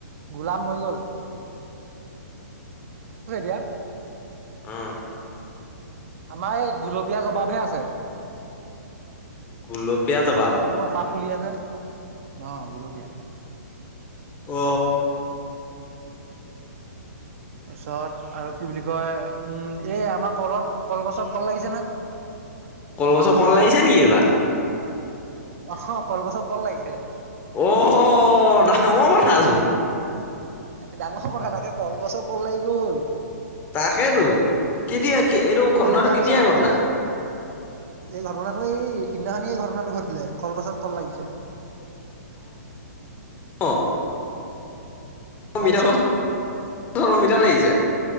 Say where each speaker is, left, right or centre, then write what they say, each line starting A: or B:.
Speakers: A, on the right; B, on the left.
A: গোলাপ মৰি গ'ল <inaudible>
B: আহ।
A: আমাৰ এই গুলপীয়া জবাবহে আছে।
B: গলো পিয়ীয়া বাপ।
A: তাকো এপাহ ফুলি আছে ন গুলপীয়া।
B: অ।
A: তাৰপিছত আৰু কি বুলি কয় উম। এ আমাৰ কলত কলগছত কল লাগিছে ন।
B: কল বছৰ কল লাগিছে নেকি এইবাৰ।
A: অ কলগছৰ কল লাগিছে।
B: অ ডাঙৰ কথাচোন।
A: ডাঙৰ কথা থাকে কলগছৰ কল লাগি গ'ল।
B: তাকেতো। কেতিয়া কে- এইটো ঘটনাটো
A: অমিতা
B: কেতিয়া
A: কছৰ অমিতা।
B: ঘটনা
A: এই ঘটনাটো এই সিদিনাখনানি এই ঘটনাটো ঘট দিলে কল পাছত কল লাগিছে।
B: অ এ। অমিতাৰ
A: তাৰপিছত
B: গছত অমিতা লাগিছে।